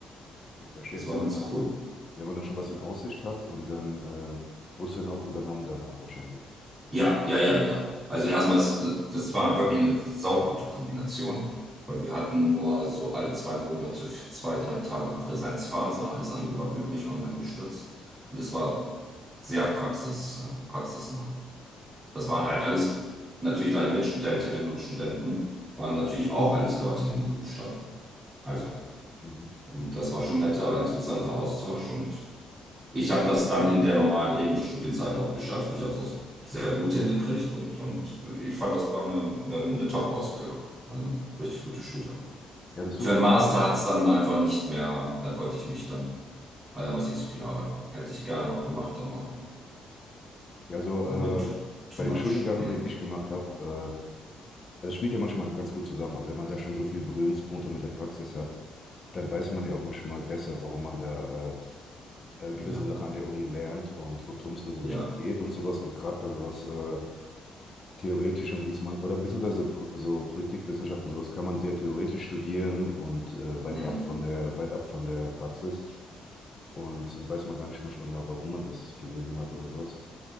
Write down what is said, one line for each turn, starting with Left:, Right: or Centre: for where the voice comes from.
Left: Ich verstehe.
Right: Das
Left: Das
Right: war
Left: ist ja
Right: ganz
Left: gut auch,
Right: cool.
Left: wenn man dann schon was in Aussicht hat und dann äh, wurde es dann auch übernommen danach wahrscheinlich.
Right: Ja, ja, ja, ja. Also erstmal, das, das war wirklich eine saugute Kombination, weil wir hatten nur so alle zwei Monate, für zwei, drei Tage Präsenzphase. Alles andere war wirklich online gestützt. Und das war sehr praxis, äh, praxisnah. Das waren halt alles natürlich deine Mitstudentinnen und Studenten, waren natürlich auch alles Leute, die im Beruf standen. Also,
Left: Mhm.
Right: und das war schon netter, interessanter Austausch. Und ich habe das dann in der normalen Regelstudienzeit auch geschafft. Ich habe es auch sehr gut hingekriegt und, und ich fand, das war eine, eine, eine Top-Ausbildung. Also ein richtig gutes Studium.
Left: Ja, das ist
Right: Für
Left: super.
Right: den
Left: Also,
Right: Master hat es dann einfach nicht mehr, da konnte ich mich dann, also da musste ich nicht so viel arbeiten. Hätte ich gerne noch gemacht, aber
Left: ja, so äh,
Right: it wurde too, too
Left: bei dem
Right: much.
Left: Studiengang,
Right: Mm,
Left: den ich gemacht habe, äh, Das spielt ja manchmal ganz gut zusammen. Also wenn man da schon so viele Berührungspunkte mit der Praxis hat, dann weiß man ja auch manchmal besser, warum man da äh, äh, gewisse
Right: ja,
Left: Sachen an der Uni lernt und worum es da so
Right: ja.
Left: richtig geht und sowas. Und gerade bei sowas äh, Theoretischem, wie es man, oder beziehungsweise so, Po- so Politikwissenschaften, sowas kann man sehr theoretisch studieren und äh, weit
Right: Mm.
Left: ab von der, weit ab von der Praxis. Und dann weiß man gar nicht manchmal genau, warum man das gelesen hat oder sowas.